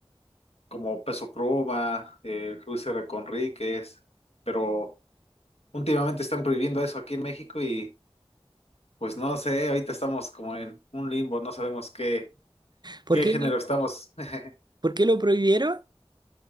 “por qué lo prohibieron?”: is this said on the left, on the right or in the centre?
Right